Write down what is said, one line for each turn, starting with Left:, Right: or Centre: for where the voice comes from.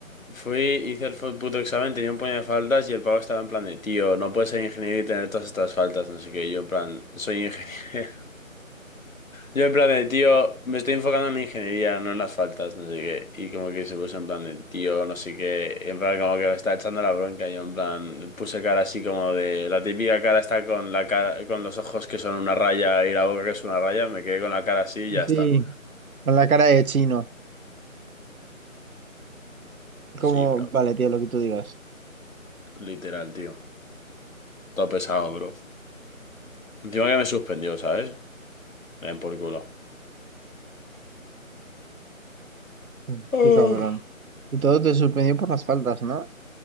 Left: fui, hice el fu- puto examen, tenía un puño de faltas y el pavo estaba en plan de, tío, no puedes ser ingeniero y tener todas estas faltas, no sé qué. Y yo, en plan, soy ingeniero. Yo en plan de, tío, me estoy enfocando en la ingeniería, no en las faltas, no sé qué. Y como que se puso en plan de, tío, no sé qué. Y en plan como que me está echando la bronca. Y yo en plan puse cara así como de, la típica cara está con la cara, con los ojos que son una raya y la boca que es una raya. Me quedé con la cara así y ya está.
Right: Sí, con la cara de chino. Como,
Left: Sí, bro.
Right: vale, tío, lo que tú digas.
Left: Literal, tío. Todo pesado, bro. Encima que me suspendió, ¿sabes? Me den por culo.
Right: Mm,
Left: Ah,
Right: Qué cabrón. Y todo te suspendió por las faltas, ¿no?